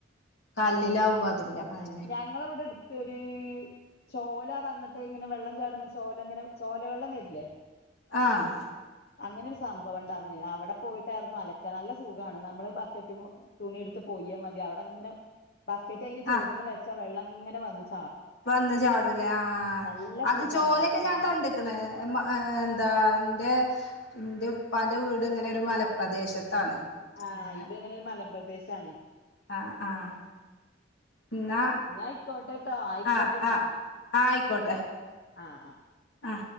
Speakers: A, on the left; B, on the left.
A: കല്ലിലാവുമ്പോ അതില്ല അയന്നെ
B: ഞങ്ങളവിടെ എടു ഒരു ചോലാ പറഞ്ഞിട്ട് ഇങ്ങനെ വെള്ളം ചാടണ ചോല ഇങ്ങനെ ചോലവെള്ളം വരില്ലേ
A: ആഹ്
B: അങ്ങനെ ഒരു സംഭവം ഉണ്ടായിരുന്നു അവിടെ പോയിട്ടായിരുന്നു അലക്ക നല്ല സുഖമാണ് നമ്മളെ ബക്കറ്റ് തുണി എടുത്ത് പോയൽ മതി അവിടെ അങ്ങനെ ബക്കറ്റ് അയ്ന്റെ ചോ
A: ആഹ്
B: വെള്ളങ്ങനെ വു
A: വന്ന് ചാടൂല്ലേ ആഹ്
B: നല്ല
A: അത്
B: സുഖാണ്
A: ചോലൊക്കെ
B: അലക്കാൻ
A: ഞാൻ കണ്ടക്കണ എന്താ എന്റെ ന്റെ പ്പാന്റെ വീട് ഇങ്ങനെ ഒരു മലപ്രദേശത്താണ്.
B: ആ
A: അങ്ങനെ
B: ഇത് ഇങ്ങനെ ഒരു മലമ്പ്രദേശാണ്
A: ആഹ് ആഹ് ന്ന
B: ഇഞ്ഞാ ആയിക്കോട്ടെട്ടോ ആയിക്കോട്ടെട്ടോ
A: ആ ആ ആയിക്കോട്ടെ
B: ആഹ് ആഹ്
A: ആ